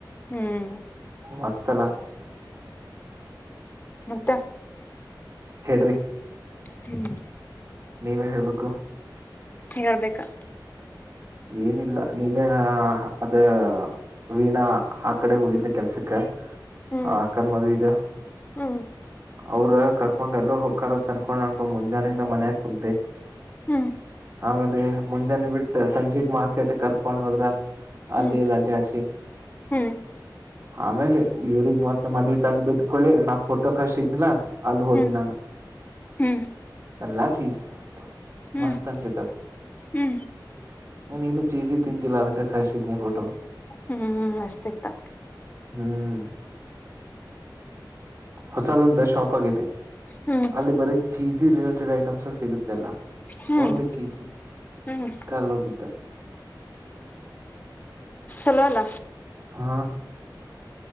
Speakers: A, on the left; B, on the right.
A: ಹ್ಮ್
B: ಮಸ್ತ್ ಅಲ್ಲ
A: ಮತ್ತೆ
B: ಹೇಳ್ರಿ
A: ಹ್ಮ್
B: ನೀವೇ ಹೇಳ್ಬೇಕು
A: ಹೇಳಬೇಕು
B: ಏನಿಲ್ಲ ನೀನ ಅದ ವೀಣಾ ಆ ಕಡೆ ಹೋಗಿದ್ದ ಕೆಲ್ಸಕ್ಕ
A: ಹ್ಮ್
B: ಆ ಅಕ್ಕನ ಮದುವೆ ಇದೆ
A: ಹ್ಮ್
B: ಅವರ ಕರ್ಕೊಂಡು ಎಲ್ಲೋ ಹೋಗಕ್ಕಾರದ ಅನ್ಕೊಂಡ್ ಅನ್ಕೊಂಡ್ ಮುಂಜಾನೆಂದ ಮನ್ಯಾಗ ಕುಂತೆ
A: ಹ್ಮ್
B: ಆಮೇಲೆ ಮುಂಜಾನೆ ಬಿಟ್ಟ ಸಂಜೆ ಮಾರ್ಕೆಟ್ ಕಾರ್ ಕಕೊಂಡ್ ಹೋದ್ರ ಅಲ್ಲಿಲ್ಲಿ
A: ಹ್ಮ್
B: ಅಡ್ಡ ಆಡ್ಸಿ
A: ಹ್ಮ್
B: ಆಮೇಲೆ ಇವ್ರಗ್ ಮತ್ತತ್ ಮನ ತಂದು ಬಿಟ್ಕೊಳ್ಳಿ ನಾವ ಫೋಟೋ ಕಸಿದ್ಲ ಅಲ್ ಹೋದನಿ
A: ಹ್ಮ್
B: ನಾನು
A: ಹ್ಮ್
B: ಎಲ್ಲ ಚೀಸ್
A: ಹ್ಮ್
B: ಮಸ್ತ ಅನಿಸ್ತಾ
A: ಹ್ಮ್
B: ಇನ್ ಇನು ಚೀಸಿ ತಿಂದಿಲ್ಲಾ ಅದಕ್ಕೆ ಕಸಿದ್ನಿ ಫೋಟೋ
A: ಹ್ಮ್ ಮಸ್ತಿತ್ತು
B: ಹ್ಮ್ ಹೊಸದೊಂದ ಶಾಪ್ ಆಗೈತೆ
A: ಹ್ಮ್
B: ಅಲ್ಲಿ ಬರೀ ಚೀಸ್ ಚಿಸ್ ರಿಲೇಟೆಡ್ ಐಟಂಹೇ ಸಿಕ್ತದೆ ಎಲ್ಲಾ
A: ಹ್ಮ್
B: ಓನ್ಲಿ ಚೀಸಿ
A: ಹ್ಮ್
B: ಅಲ್ಲಿ ಹೋಗಿದ್ದ
A: ಚಲೋ ಅಲ್ಲ
B: ಹಾ